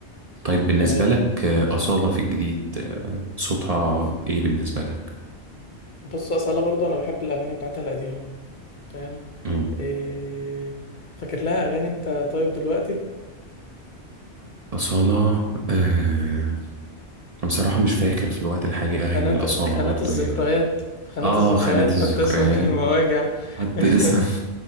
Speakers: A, on the right (about 40°); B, on the left (about 50°).
A: طيب بالنسبة
B: آه
A: لك آه، أصالة في الجديد آه، صوتها
B: أوف.
A: إيه بالنسبة لك؟
B: بص أصالة برضو أنا بحب الأغاني بتاعتها القديمة فاهم
A: مم.
B: إيه... فاكر لها أغاني أنت طيب دلوقتي
A: أصالة آه، بصراحة مش فاكر في الوقت الحالي
B: خانات
A: أغاني الأصالة
B: خانات
A: برضو
B: الذكريات
A: هنا
B: خانات
A: آه
B: الذكريات
A: خانة
B: حتى
A: الذكريات
B: اسمك المواجع
A: حد
B: <laughs>
A: اسم